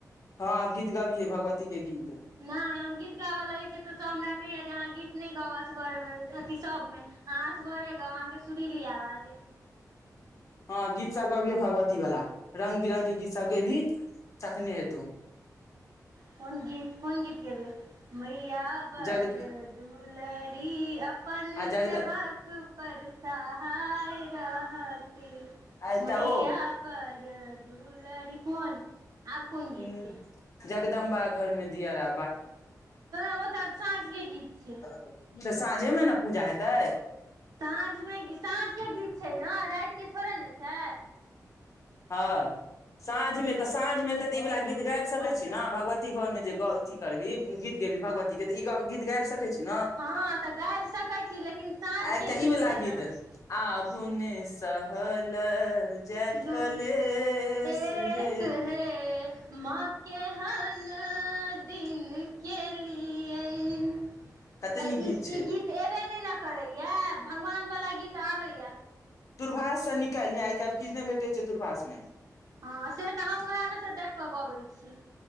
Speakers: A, on the left (about 55°); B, on the right (about 65°).
A: हँ गीत गाबी है भगवती के गीत
B: नहि हम गीत गाबऽ लगै छी तऽ सब हमरा कहैया जे अहाँ गीत नहि गाब असगर मे अथी सब अ है असगरे गाव अहाँ के सुुरली आवाज अय
A: हँ गीत सब गबियौ भगवती वाला र्ंग बिरंग के गीत सब गेबही तखने हेतो
B: कोन गीत कोन गीत गेबै मैैया बर
A: जग
B: दुलरी अपन
A: आ जगद
B: सेवक पर सहाय रहती
A: आइ एकटा
B: मैया
A: ओ
B: बड़ दुलड़ी कोन आब कोन गीत
A: ह
B: छै
A: ‍जगदम्बा घर मे दियरा
B: ओ तऽ साँझ के गीत छै
A: <unintelligible> तऽ साँझे मे ने पूजा हेतै
B: साँझमे साँझके गीत छैय न रातिके थोड़े न छैय
A: हँ साँझ मे त साँझ मे त ई वाला गीत गाबि सकै छी भगवती घर मे जे गौ अथी करबी गीत गेबही भगवती के त ई गीत गैब सकैत छी
B: हँ तऽ गाबि सकै छी लेकिन साँझ
A: आ एकटा
B: के
A: ई वला
B: छै
A: गीत
B: ने
A: आब नैय स सहल जाय
B: दू
A: कलेस
B: ए
A: हे
B: सुहे माँ केहन दिन केलियै
A: कते
B: आ
A: नीक
B: ई
A: छै
B: ई गीत एबे नय ने करैए भगवानवला गीत आबैए
A: दूरभास से निकैल लीहअ आय कैल नहि भेटैत छै दूरभाषमे
B: हँ से त हम उएह मे से देख क गबै छी